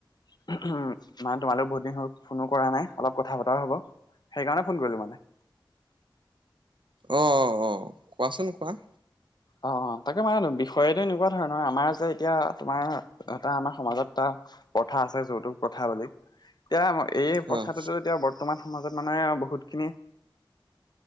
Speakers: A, on the left; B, on the right.
A: <unintelligible> মানে, তোমালেও বহুত দিন হ'ল ফোনো কৰা নাই। অলপ কথা পতাও হ'ব। সেইকাৰণে, ফোন কৰিলোঁ মানে।
B: অ' অ' অ'! কোৱাচোন, কোৱা?
A: অ' অ'! তাকে মানে, বিষয়টো এনেকুৱা ধৰণৰ, আমাৰ যে, এতিয়া তোমাৰ, এটা আমাৰ সমাজত এটা প্ৰথা আছে যৌতুক প্ৰথা বুলি, এতিয়া এই
B: হয়
A: প্ৰথাটোতো এতিয়া বৰ্তমান সমাজত মানে বহুতখিনি